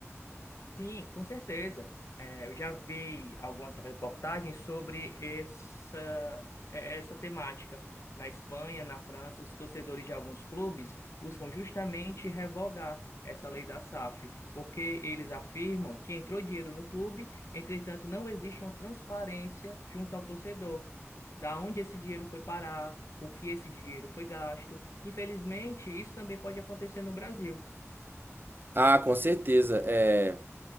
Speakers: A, on the left; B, on the right.
A: Sim, com certeza. É, eu já vi algumas reportagens sobre essa, é, essa temática. Na Espanha, na França, os torcedores de alguns clubes buscam justamente revogar essa lei da SAF, porque eles afirmam que entrou dinheiro no clube, entretanto, não existe uma transparência junto ao torcedor, da onde esse dinheiro foi parar, o que esse dinheiro foi gasto. Infelizmente, isso também pode acontecer no Brasil.
B: Ah, com certeza. É.